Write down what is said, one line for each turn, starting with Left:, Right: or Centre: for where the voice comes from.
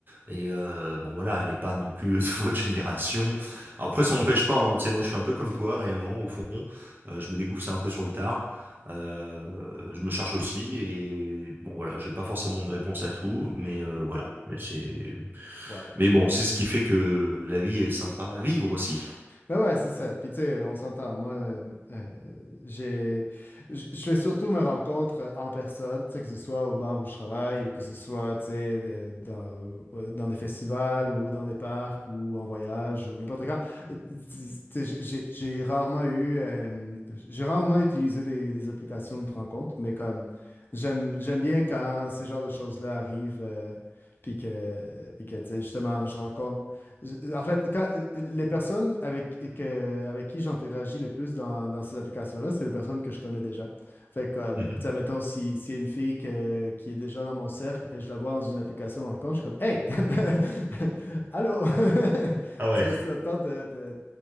Right: et euh, bon voilà, elle est pas non plus <laughs> de votre génération. Alors, Après, ça n'empêche pas, hein, tu sais, moi je suis un peu comme toi réellement, au fond, Euh, je me découvre ça un peu sur le tard, Euh, je me cherche aussi, et bon voilà, j'ai pas forcément de réponse à tout, mais euh, voilà, mais c'est,
Left: Ouais.
Right: mais bon, c'est ce qui fait que la vie est sympa à vivre aussi.
Left: Ben ouais, c'est ça. Puis tu sais, on s'entend. Moi, euh, euh, j'ai, je je fais surtout mes rencontres euh, en personne, tu sais, que ce soit au bar où je travaille ou que ce soit, tu sais, de- dans, ouais, dans des festivals ou dans des parcs ou en voyage ou n'importe quand. Euh, Tu sais, j'ai j'ai- j'ai rarement eu, euh, j'ai rarement utilisé des, des applications de rencontres, mais comme j'aime, j'aime bien quand ces genres de choses-là arrivent. euh, puis que, puis que, tu sais, justement, je rencontre je- euh, en fait, quand, euh, les personnes avec, que- avec qui j'interagis le plus dans, dans ces applications-là, c'est les personnes que je connais déjà. Fait que, comme,
Right: Mhm.
Left: tu sais, mettons, si, s'il y a une fille que- qui est déjà dans mon cercle et je la vois dans une application de rencontre, je suis comme, Hey! <laughs> Allô! <laughs>
Right: Ah ouais.
Left: Est-ce que ça te tente de, de-